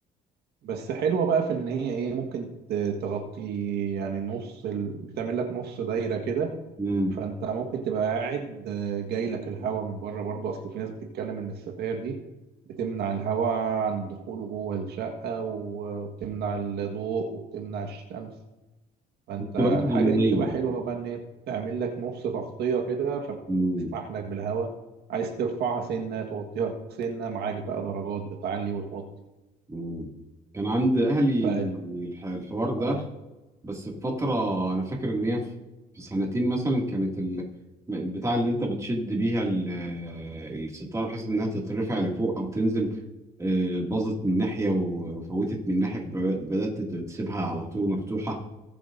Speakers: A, on the right (about 70°); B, on the right (about 20°).
A: بس حلوة بقى في ان هي ايه ممكن ت- تغطي يعني نص ال... بتعمل لك نص دايرة كده
B: مم.
A: فانت ممكن تبقى قاعد آه، جاي لك الهواء من بره برضه اصل في ناس بتتكلم ان الستاير دي بتمنع الهواء عن دخوله جوه الشقة و- وبتمنع الضوء وبتمنع الشمس فانت
B: بتبقى
A: الحاجة
B: مش عملية
A: دي بتبقى حلوة بقى ان هي بتعمل لك نص تغطية كده فبتسمح
B: مم.
A: لك بالهواء عايز ترفعها سنة توطيها سنة معاك بقى درجات بتعلي وتوطي
B: مم. كان عند أهلي
A: ف
B: الح- الحوار ده
A: اه
B: بس في فترة أنا فاكر إن هي في في سنتين مثلا كانت ال- البتاع اللي أنت بتشد بيها ال- الستارة بحيث إنها تترفع لفوق أو تنزل آه، باظت من ناحية وفوتت من ناحية فبدأت تسيبها على طول مفتوحة